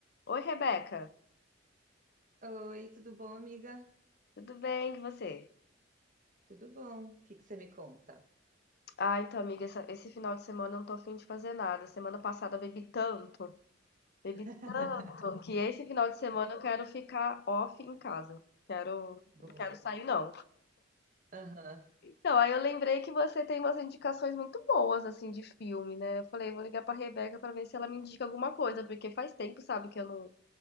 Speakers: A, on the left; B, on the right.
A: Oi, Rebeca.
B: Oi, tudo bom, amiga?
A: Tudo bem com você?
B: Tudo bom? O que que você me conta?
A: Ah, então, amiga, essa- esse final de semana eu não tô afim de fazer nada. Semana passada eu bebi tanto, bebi
B: <laughs>
A: tanto, que esse final de semana eu quero ficar off em casa. Quero,
B: Boa.
A: não quero sair, não.
B: Aham,
A: Então, aí eu lembrei que você tem umas indicações muito boas, assim, de filme, né? Eu falei, vou ligar pra Rebeca pra ver se ela me indica alguma coisa, porque faz tempo, sabe, que eu não,